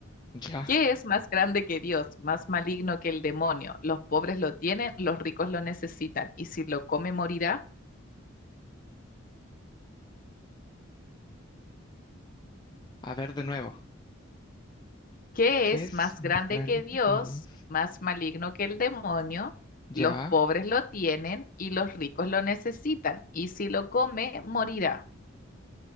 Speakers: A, on the left; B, on the left.
A: Ya.
B: ¿qué es más grande que Dios? Más maligno que el demonio. Los pobres lo tienen, los ricos lo necesitan, y si lo come morirá.
A: A ver de nuevo.
B: ¿Qué
A: ¿Qué
B: es
A: es
B: más
A: más
B: grande
A: grande
B: que
A: que
B: Dios?
A: Dios?
B: Más maligno que el demonio.
A: Ya,
B: Los pobres lo tienen y los ricos lo necesitan, y si lo come morirá.